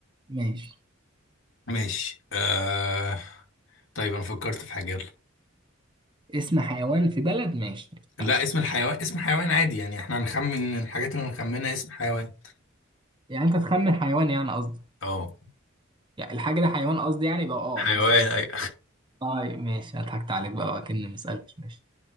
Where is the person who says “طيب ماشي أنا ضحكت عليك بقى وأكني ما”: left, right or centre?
Right